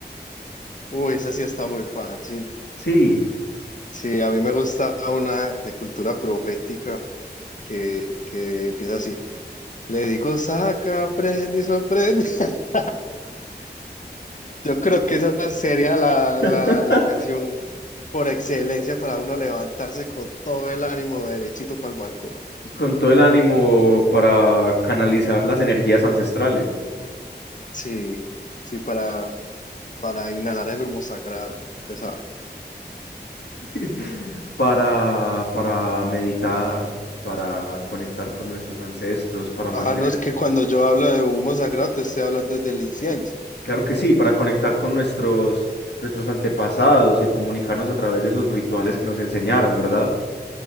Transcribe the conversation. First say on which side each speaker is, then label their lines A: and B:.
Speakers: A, on the left; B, on the left.
A: Uy, esa sí está muy fácil.
B: Sí,
A: Sí, a mí me gusta una de cultura profética que, que empieza así. Le digo, saca, prende y sorprende. <laughs> Yo creo que esa sería la,
B: <laughs>
A: la, la canción por excelencia para uno levantarse con todo el ánimo derechito para el balcón.
B: con todo el ánimo para canalizar las energías ancestrales,
A: Sí, sí, para, para inhalar el humo sagrado, usted sabe.
B: <laughs> para, para meditar, para conectar con nuestros ancestros, para mantener,
A: Ah, no, es que cuando yo hablo de humo sagrado te estoy hablando del incienso.
B: claro que sí, para conectar con nuestros, nuestros antepasados y comunicarnos a través de esos rituales que nos enseñaron, ¿verdad?